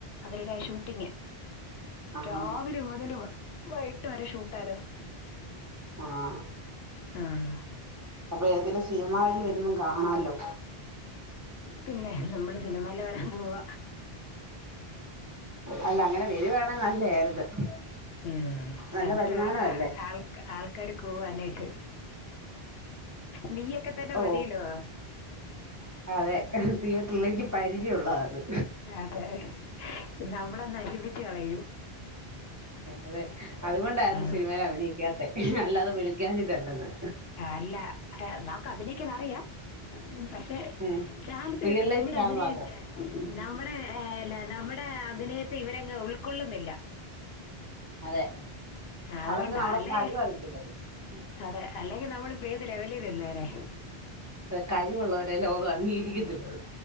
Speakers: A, on the left (about 75°); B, on the right (about 20°).
A: അവരുടെ ഷൂട്ടിങ്
B: ആഹാ
A: രാവിലെ മുതല് വൈകട്ട് വരെ ഷൂട്ടായിരുന്നു
B: ആഹ്
A: ആഹ്
B: അപ്പൊ ഏതെലും സിനിമേൽ വരുമ്പോം കാണാല്ലോ
A: പിന്നെ നമ്മള് സിനിമല് വരാൻ പോവ
B: അല്ല അങ്ങനെ വരുവാണെ
A: <inaudible>
B: നല്ലയായിരുന്നു
A: ഉം,
B: നല്ല
A: എന്നിട്ട്
B: വരുമാനമല്ലേ
A: വേണം ആ ആ ആൾ ആൾക്കാാര് കൂവാനായിട്ട് നീയൊക്കെ തന്നെ
B: ഓ
A: മതീലോ
B: അതെ തിയേറ്ററിലേക്ക് പരിചയം ഉള്ള ആള്
A: അതെ നമ്മളെ നശിപ്പിച്ച് കളയും
B: അതെ അതുകൊണ്ടായിരുന്നു
A: ആ
B: സിനിമൽ അഭിനയിക്കാത്തെ അല്ലാതെ വിളിക്കാഞ്ഞിട്ടല്ലന്ന്
A: അല്ല അതെ ഞമുക്ക് അഭിനയിക്കാൻ അറിയാം. പക്ഷെ
B: ഉം
A: ചാൻസ്
B: റിയൽ
A: കിട്ടും
B: ലൈഫിലാണ്
A: നമ്മുടെ അഭിനയം
B: മാത്രം ഉം
A: നമ്മുടെ ഏഹ്‌ അല്ല നമ്മുടെ അഭിനയത്തെ ഇവരങ്ങ് ഉൾക്കൊള്ളുന്നില്ല
B: അതെ
A: അതുകൊണ്ടാ
B: അവർക്ക് നമ്മുടെ
A: അല്ലെ
B: കഴിവ് അറിയത്തില്ലെന്ന് ഉം
A: അതെ അല്ലെങ്കിൽ നമ്മളിപ്പോ ഏത് ലെവലിൽ നിന്നേരെ
B: അതെ കഴിവുള്ളവരെ ലോകം അംഗീകത്തില്ലെന്ന്